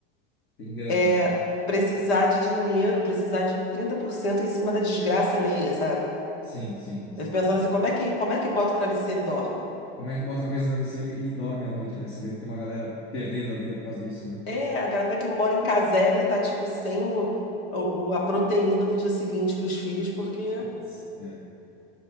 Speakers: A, on the left; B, on the left.
A: Tem grana,
B: É
A: né?
B: precisar de dinheiro, precisar de 30% em cima da desgraça alheia, sabe?
A: Sim, sim, sim.
B: Eu fico pensando assim, como é que, como é que bota o travesseiro e dorme?
A: Como é que bota a cabeça no travesseiro e dorme à noite, né? Sabendo que tem uma galera perdendo a vida por causa disso, né?
B: É, a galera que mora em casebre tá, tipo, sem o, o- a proteína do dia seguinte pros filhos, porque
A: Putz, É.